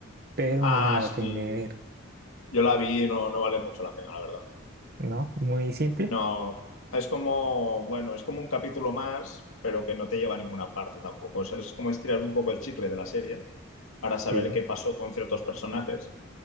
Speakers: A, on the right; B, on the left.
A: pero
B: Ah,
A: no me la
B: sí.
A: terminé de ver,
B: Yo la vi y no, no vale mucho la pena, la verdad.
A: ¿no? Muy simple.
B: No. Es como, bueno, es como un capítulo más, pero que no te lleva a ninguna parte tampoco. Es, es como estirar un poco el chicle de la serie para saber
A: Sí,
B: qué pasó con ciertos personajes.